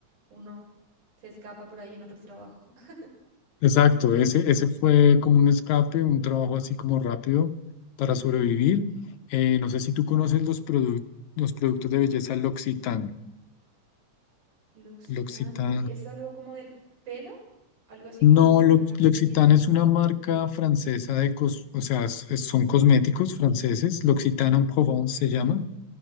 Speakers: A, on the right; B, on the left.
A: uno se escapa por ahí en otro trabajo. <laughs>
B: exacto. Ese, ese fue como un escape, un trabajo así como rápido para sobrevivir. Eh, no sé si tú conoces los, produc- los productos de belleza L'Occitane.
A: L'Occitane,
B: L'Occitane
A: lo- ¿es algo como del pelo? Algo así,
B: No,
A: como
B: Lo-
A: para crecimiento,
B: L'Occitane es
A: ¿no?
B: una marca francesa de cos, o sea, es- es- son cosméticos franceses. L'Occitane en Provence se llama.